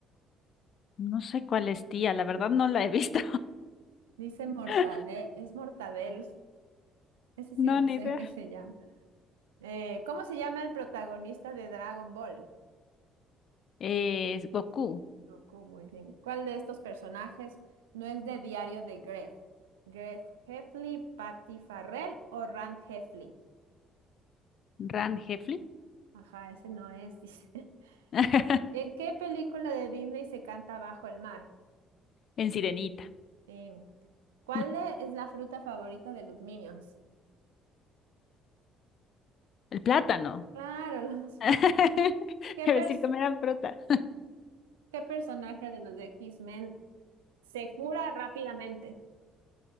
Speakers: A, on the left (about 50°); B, on the right (about 80°).
A: No sé cuál es tía, la verdad no la he visto.
B: Dice Mortadel,
A: <laughs>
B: es Mortadel, Eso sí
A: No,
B: no
A: ni
B: sé
A: idea.
B: qué se llama. Eh, ¿cómo se llama el protagonista de Dragon Ball?
A: Es Goku,
B: Goku, muy bien. ¿Cuál de estos personajes no es de Diario de Greg? ¿Greg Heffley, Patty Farrell o Rand Heffley?
A: Ran Hefli,
B: Ajá, ese no es, dice. <laughs>
A: <laughs>
B: ¿En en qué película de Disney se canta Bajo el mar?
A: en Sirenita.
B: Sí. ¿Cuál
A: <laughs>
B: e- es la fruta favorita de los Minions?
A: El plátano.
B: Claro, los...
A: <laughs>
B: <laughs> ¿Qué,
A: Debe
B: pers-
A: decir, comerán fruta.
B: qué personaje de los X-Men se cura rápidamente?